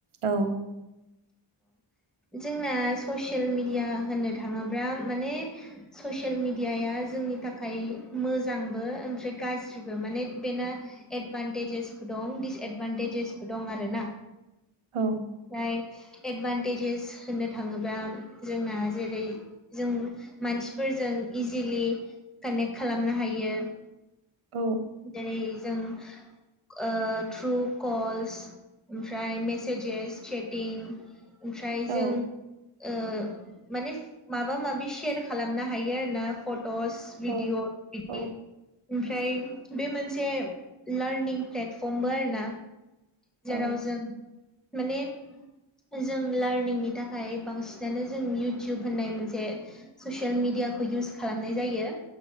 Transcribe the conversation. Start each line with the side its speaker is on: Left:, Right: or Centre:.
Right: औ।
Centre: जोंना ससियेल मिडिया होननो थाङोब्ला माने ससियेल मिडियाया जोंनि थाखाय मोजांबो ओमफ्राय गाज्रिबो माने बेना एदभान्टेजेसबो दं डिसएदभान्टेजेसबो दं आरोना।
Right: औ।
Centre: ओमफ्राय एडभान्टेजेस होननो थाङोब्ला जोंना जेरै जों मानसिफोरजों इजिलि कानेक्ट खालामनो हायो।
Right: औ।
Centre: जेरै जों ओ थ्रु कल ओमफ्राय मेसेजेस चेटिं ओमफ्राय
Right: औ
Centre: जों ओ माने माबा माबि सेयार खालामनो हायो आरोना फट'स बिदिअ'
Right: औ
Centre: <unintelligible> यो
Right: औ
Centre: ओमफ्राय बे मोनसे लार्निं प्लेटफर्मबो आरो ना। जेराव
Right: औ
Centre: जों माने जों लार्निंनि थाखाय बांसिनानो जों इउटुब होननाय मोनसे ससियेल मिडियाखौ इउस खालामनाय जायो